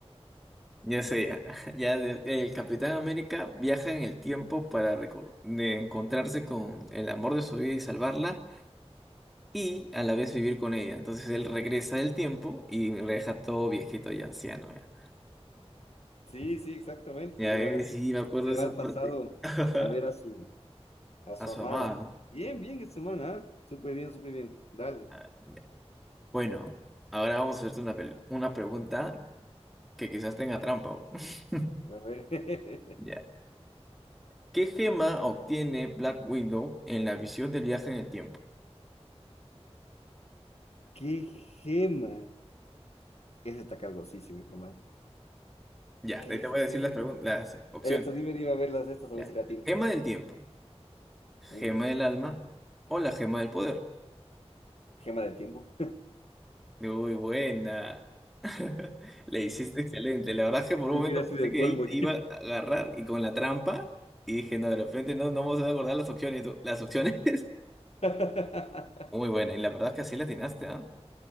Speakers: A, in the centre; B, on the left.
A: Ya sé, ya, <laughs> ya de- el Capitán América viaja en el tiempo para recor- de encontrarse con el amor de su vida y salvarla y a la vez vivir con ella. Entonces él regresa del tiempo y lo deja todo viejito y anciano. Ya,
B: Sí, sí, exactamente.
A: Ya,
B: Se va,
A: eh, sí, me acuerdo
B: se
A: de
B: va
A: esa
B: al
A: parte.
B: pasado
A: <laughs>
B: a ver a su, a su
A: A su
B: amada.
A: amada.
B: Bien, bien, esta semana, ¿ah? Súper bien, súper bien. Dale.
A: Ah, ya. Bueno, ahora vamos a hacerte una, pel- una pregunta que quizás tenga trampa. güey. <laughs>
B: A ver.
A: Ya.
B: <laughs>
A: ¿Qué gema obtiene Black Widow en la visión del viaje en el tiempo?
B: ¡Qué gema! Ese está cargosísimo, hijo, man.
A: Ya,
B: ¡Qué
A: ahí te voy a decir
B: gema!
A: las pregun- las opciones.
B: Eso, dime, dime a ver las estas, a
A: Ya.
B: ver si la tiene.
A: Gema del tiempo,
B: Mm,
A: gema del alma o la gema del poder.
B: Gema del tiempo.
A: Muy buena. <laughs> Le hiciste excelente. La verdad
B: <laughs>
A: es que por un
B: Yo
A: momento
B: hubiera sido
A: pensé
B: el
A: que
B: colmo,
A: ahí te iba a agarrar y con la trampa. Y dije, no, de repente no, no vamos a acordar las opciones. Y tú, Las opciones. <laughs>
B: <laughs>
A: Muy buena. Y la verdad es que así la atinaste, ¿ah?